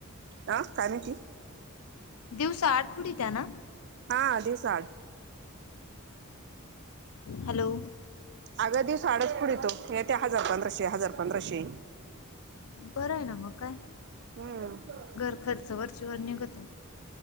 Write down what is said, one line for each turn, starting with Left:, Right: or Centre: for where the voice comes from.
Right: हा काय म्हणती?
Left: दिवसा आडखुडी त्या ना
Right: हा दिवसाआड.
Left: हॅलो.
Right: अग दिवसाआडच खउडइतओ. येते हजार पंधराशे, हजार पंधराशे.
Left: बरं आहे ना मग काय.
Right: हम्म
Left: घर खर्च वरचे वर निघतो.